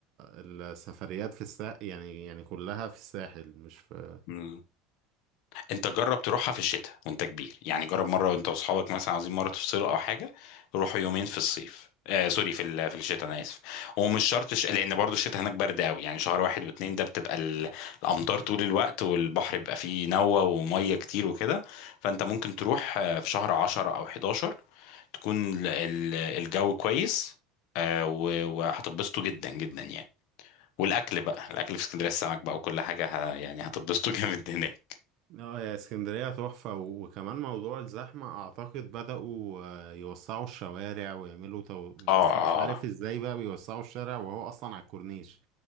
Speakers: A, on the right (about 60°); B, on the left (about 70°).
A: السفريات في الساحل يعني يعني كلها في الساحل مش في
B: مم. انت جرب تروحها في الشتاء وانت كبير يعني جرب مره وانت واصحابك مثلا عايزين مره تفصلوا او حاجه روحوا يومين في الصيف آه سوري في ال- في الشتاء انا اسف ومش شرط ش... لان برضو الشتاء هناك برد قوي يعني شهر واحد واتنين ده بتبقى ال... الامطار طول الوقت والبحر بيبقى فيه نوة وميه كتير وكده فانت ممكن تروح آه، في شهر 10 او 11 تكون ال... ال- الجو كويس آه و... وهتتبسطوا جدا جدا يعني والاكل بقى الاكل في اسكندريه السمك بقى وكل حاجه ه... يعني هتتبسطوا <laughs> جامد هناك
A: اه يا اسكندرية تحفة و- وكمان موضوع الزحمة أعتقد بدأوا آه، يوسعوا الشوارع ويعملوا تو...
B: اه
A: بس
B: آه،
A: مش عارف
B: آه.
A: ازاي بقى بيوسعوا الشارع وهو أصلا على الكورنيش